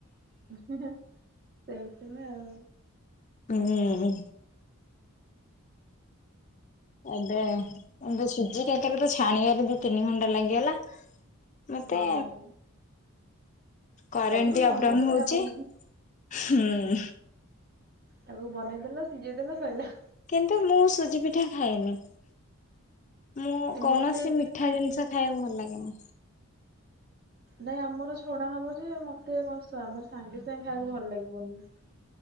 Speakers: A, on the right; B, on the left.
A: ହୁଁ ହୁଁ ସେମ ସେମ ଆଉ।
B: ହୁଁ। ଏବେ ଏ ଦ ସୁଜି କକରା ତ ଛାଣିବାରେ ଦି ତିନି ଘଣ୍ଟା ଲାଗିଗଲା। ମତେ
A: ହଁ
B: କରେଣ୍ଟ
A: ସବୁଠୁ
B: ବି
A: ମଣ୍ଡା
B: ଅପଡାଉନ୍
A: ପିଠା
B: ହୋଉଚି।
A: ଭଲ
B: ହୁଁ।
A: ହଁ ତାକୁ ବନେଇଦେଲ ସିଝେଇଦେଲ ସଇଲା।
B: କିନ୍ତୁ ମୁଁ ସୁଜି ପିଠା ଖାଏନି। ମୁଁ
A: ଏ
B: କୌଣସି
A: ମତେ ବି
B: ମିଠା
A: ସୁଜି
B: ଜିନିଷ
A: ପିଠା
B: ଖାଇବାକୁ
A: ହଁ
B: ଭଲ ଲାଗେନି।
A: ନାଇଁ ଆମର ଛଣା ହବ ଯେ ମତେ କଣ ସା ମାନେ ସାଙ୍ଗେ ସାଙ୍ଗେ ଖାଇବାକୁ ଭଲ ଲାଗିବନି।